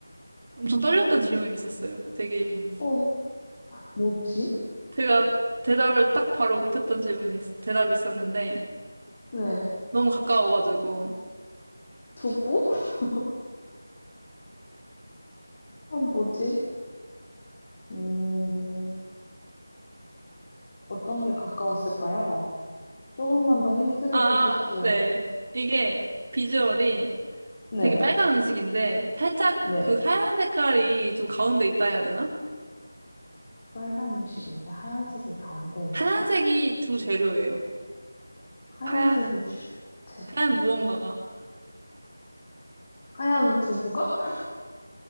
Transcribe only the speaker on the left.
어, 뭐지?
네.
두부? <laughs> 어, 뭐지? 음, 어떤 게 가까웠을까요? 조금만 더 힌트를
주십시오.
네.
네.
빨간 음식인데 하얀색이 가운데 있다?
하얀색이
주재료다.
하얀 두부가?